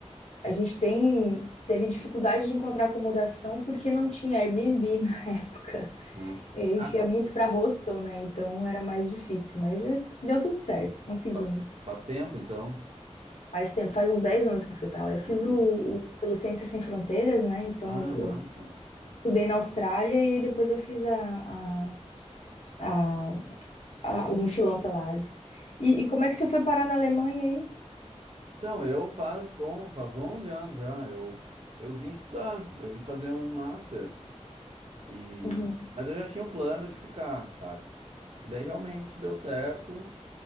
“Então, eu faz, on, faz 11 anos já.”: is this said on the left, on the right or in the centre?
Right